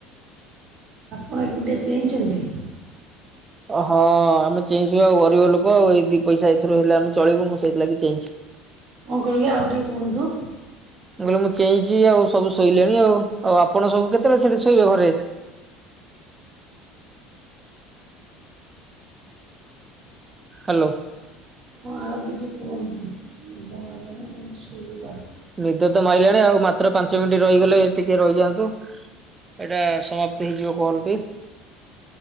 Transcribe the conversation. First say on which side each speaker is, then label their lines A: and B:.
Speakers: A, on the right; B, on the right.
A: ଆପଣ ଏକୁଟିଆ ଚେଇଁଚନ୍ତି?
B: ହଁ, ଆମେ ଚେଇଁଚୁ ଆଉ। ଗରିବ ଲୋକ ଆଉ ଏଇ ଦି ପଇସା ଏଇଥିରୁ ହେଲେ ଆମେ ଚଳିବୁ, ମୁଁ ସେଇଥିଲାଗି ଚେଇଁଚି।
A: କଣ କହିଲେ ଆଉ ଟିକେ କୁହନ୍ତୁ?
B: ମୁଁ, କହିଲି ମୁଁ ଚେଇଁଚି ଆଉ, ସବୁ ଶୋଇଲେଣି ଆଉ। ଆଉ, ଆପଣ ସବୁ କେତେବେଳେ ସେଠି ଶୋଇବେ ଘରେ? ହ୍ୟାଲୋ।
A: ହଁ, ଆଉ କିଛି କୁହନ୍ତୁ? ନିଦ ମାଇଲାଣି ଶୋଇବା।
B: ନିଦ ତ ମାଇଲାଣି ଆଉ। ମାତ୍ର ପାଞ୍ଚ ମିନ୍ଟି ରହିଗଲେ ଟିକେ, ରହିଯାଆନ୍ତୁ। ଏଇଟା ସମାପ୍ତ ହେଇଯିବ କଲ୍ ଟି।